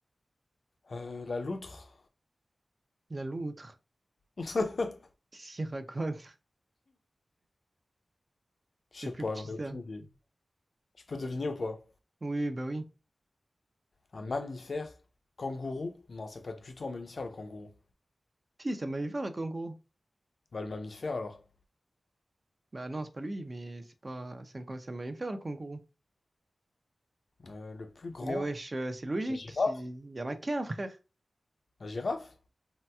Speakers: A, on the left; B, on the right.
A: Euh, la loutre?
B: La loutre.
A: <laughs>
B: Qu'est-ce qu'il raconte? <laughs>
A: Je sais
B: C'est plus
A: pas,
B: petit,
A: j'en
B: ça.
A: ai aucune idée. Je peux deviner ou pas?
B: Oui, bah oui.
A: Un mammifère? Kangourou? Non, c'est pas du tout un mammifère le kangourou.
B: Si, c'est un mammifère, le kangourou.
A: Bah le mammifère alors.
B: Bah non, c'est pas lui, mais c'est pas... C'est un, c'est un mammifère, le kangourou.
A: Euh, le plus grand?
B: Mais wesh, euh, c'est logique.
A: La girafe?
B: c'est- Il y en a qu'un, frère.
A: La girafe?